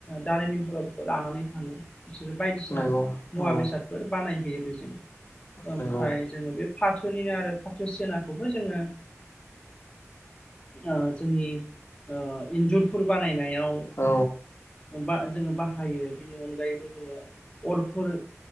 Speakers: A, on the left; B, on the left.
A: दारिमिनफोराव बेखौ लानानै थाङो बिसोरो बायदिसिना
B: नंगौ
A: मुवा
B: औ
A: बेसादफोर बानायहोयो बे जों ओमफ्राय
B: नंगौ
A: जोङो बे फाथो निनो आरो फाथो सिनाखौबो जोङो ओ जोंनि ओ इन्जुरफोर बानायनायाव
B: औ
A: बा जोङो बाहायो बिनि अनगायैबो जोङो अरफोर